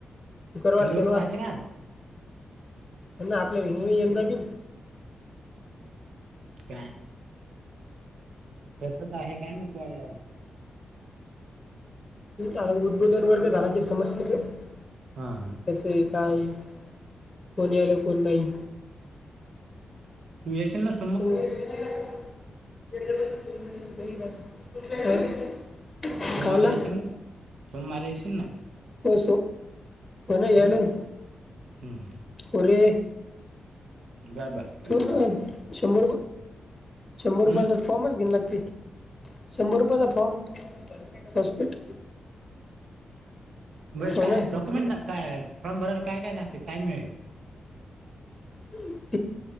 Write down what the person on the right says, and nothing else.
फील्ड
वर राहते का आज
का <unintelligible> तसच आहे काय मी गते <unintelligible>
हा हा <unintelligible>
तुमहीये ना <unintelligible>
हम्म? सोमवारी
येसन ना तू सोमवारी येसन ना <unintelligible>
हम्म हम्म हम्म.
बर बर काश्मीरला
हम्म
ब
काय
डॉक्युमेंट काय फॉर्म भरायला काय काय लागते काय मिळेल